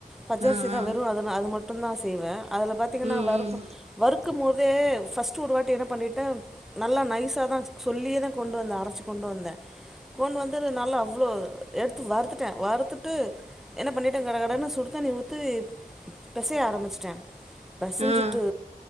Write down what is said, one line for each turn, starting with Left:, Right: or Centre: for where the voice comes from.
Centre: பச்சரிசி
Right: ஆ
Centre: தா
Right: ஆ
Centre: வெறு அத அது மட்டுந்தா செய்வ அதுல பாத்தீங்கென்னா
Right: ம்
Centre: வறுப்பட்
Right: ம்
Centre: வறுக்கும் போதே ஃபஸ் ட் ஒரு வாட்டி என்ன பண்ணிட்டே நல்லா நைஸா தா சொல்லியேதா கொண்டு வந்த அரச்சு கொண்டு வந்த கொண்டு வந்தது நல்லா அவ்ளோ எடுத்து வறுத்துட்டே வறுத்துட்டு என்ன பண்ணிட்டே கட கடனு சுடு சுடுதண்ணி ஊத்தி பெசைய ஆரம்பிச்சுட்டே பெசஞ்சுட்டு
Right: ஆ